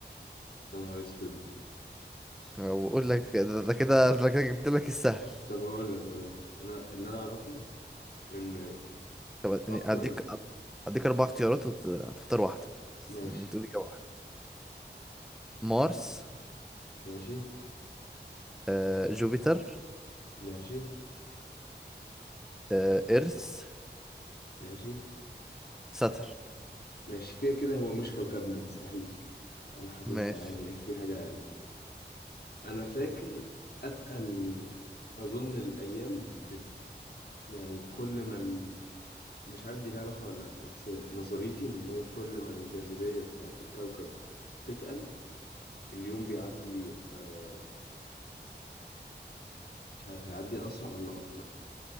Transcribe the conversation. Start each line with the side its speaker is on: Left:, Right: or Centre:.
Left: يا نهار اسود
Centre: بقول لك ده ده كده ده كده جبت لك السهل
Left: طب هقول لك هقول لك انا اللي انا اعرفه ان
Centre: طب يعني
Left: اكتر
Centre: اديك اديك اربع اختيارات وتختار واحده بس
Left: ماشي
Centre: يعني تقول اجابه واحده مارس
Left: ماشي
Centre: آه... جوبيتر
Left: ماشي
Centre: آه... ايرث
Left: ماشي
Centre: ساترن
Left: ماشي كده كده هو مش كوكبنا مستحيل انا حاسسها
Centre: ماشي
Left: يعني في حاجة انا فاكر اتقل اظن الايام بت... يعني كل ما ال... مش عارف دي لها علاقه ولا لا بس نظريتي ان هي كل ما الجاذبيه بتاعت الكوكب تتقل اليوم بيعدي آه... مش عارف هيعدي اسرع ولا ابطا